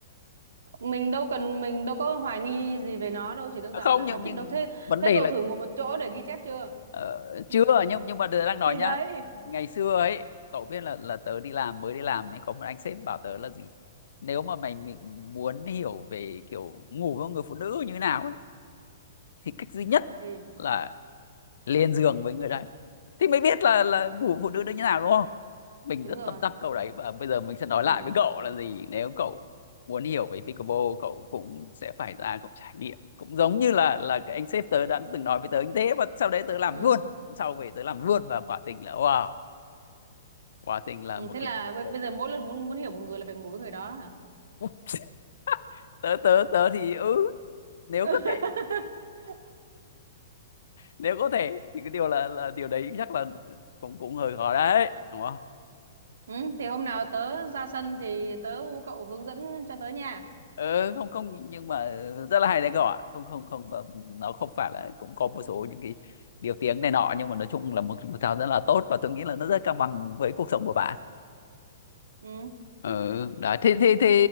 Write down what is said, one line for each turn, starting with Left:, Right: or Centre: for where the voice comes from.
Right: mình đâu cần mình đâu có hoài nghi gì về nó đâu chỉ đơn
Left: À,
Right: giản
Left: Không,
Right: là
Left: nhưng
Right: không thích
Left: nhưng
Right: đâu thế
Left: vấn
Right: thế
Left: đề
Right: cậu
Left: là
Right: thử ngồi một chỗ để ghi chép chưa
Left: ờ,
Right: <laughs>
Left: chưa nhưng nhưng mà tớ đang nói
Right: thì
Left: nhá.
Right: đấy
Left: Ngày xưa ấy, cậu biết là là tớ đi làm mới đi làm ấy có một anh sếp bảo tớ là gì? Nếu mà mày, mày muốn hiểu về kiểu ngủ với một người phụ nữ như thế nào ấy thì cách duy nhất
Right: thì
Left: là lên giường với người đấy thì mới biết là là ngủ phụ nữ nó như nào đúng không mình
Right: đúng
Left: rất
Right: rồi
Left: tâm đắc câu đấy và bây giờ mình sẽ nói
Right: ừ
Left: lại với cậu là gì nếu cậu muốn hiểu về pickleball cậu cũng sẽ phải ra cậu trải nghiệm cũng giống như là là cái anh sếp tớ đã từng nói với tớ như thế và sau đấy tớ làm
Right: ừ
Left: luôn sau về tớ làm luôn và quả tình là wow quả tình là
Right: Ừ,
Left: một
Right: thế
Left: cái,
Right: là bây,
Left: một
Right: bây giờ
Left: cái...
Right: mỗi lần muốn muốn hiểu một người là phải ngủ với người đó hả?
Left: <laughs> tớ tớ tớ thì ừ nếu
Right: <laughs>
Left: có thể nếu có thể thì cái điều là là điều đấy chắc là cũng cũng hơi khó đấy đúng không?
Right: Ừ, thì hôm nào tớ ra sân thì tớ hú cậu hướng dẫn cho tớ nha.
Left: ừ, không không nhưng mà rất là hay đấy các bạn không không không ờ, nó không phải là cũng có một số những cái điều tiếng này nọ nhưng mà nói chung là một thể thao rất là tốt và tôi nghĩ là nó rất cân bằng với cuộc sống của bạn
Right: Ừ,
Left: ừ đấy thế thế thế